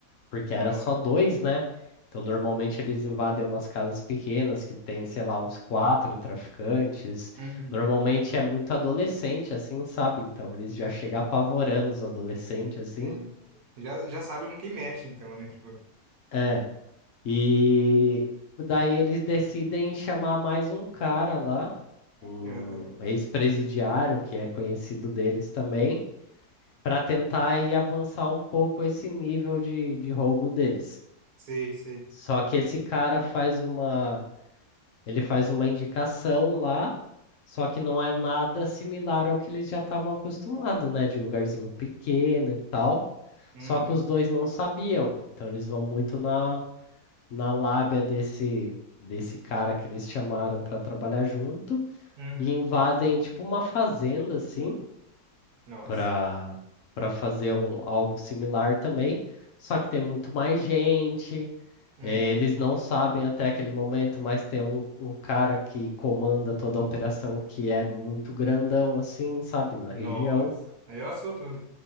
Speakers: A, on the left; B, on the right.
A: porque era
B: Ó.
A: só dois, né? Então, normalmente eles invadem umas casas pequenas que tem, sei lá, uns quatro traficantes.
B: Uhum.
A: Normalmente é muito adolescente, assim, sabe? Então, eles já chegam apavorando os adolescentes, assim.
B: Sim. Já, já sabe com quem mexe, então, né? Tipo,
A: É. E daí eles decidem chamar mais um cara lá, um
B: uhum.
A: ex-presidiário, que é conhecido deles também, para tentar ir avançar um pouco esse nível de, de roubo deles.
B: Sei, sei.
A: Só que esse cara faz uma Ele faz uma indicação lá, só que não é nada similar ao que eles já estavam acostumados, né? De lugarzinho pequeno e tal.
B: Uhum.
A: Só que os dois não sabiam. Então eles vão muito na, na lábia desse, desse cara que eles chamaram para trabalhar junto
B: Uhum.
A: e invadem tipo uma fazenda, assim,
B: Nossa.
A: para para fazer um- algo similar também. Só que tem muito mais gente,
B: Uhum.
A: é, eles não sabem até aquele momento, mas tem um, um cara que comanda toda a operação que é muito grandão, assim, sabe, na região.
B: Nossa. Aí, ó, soltou.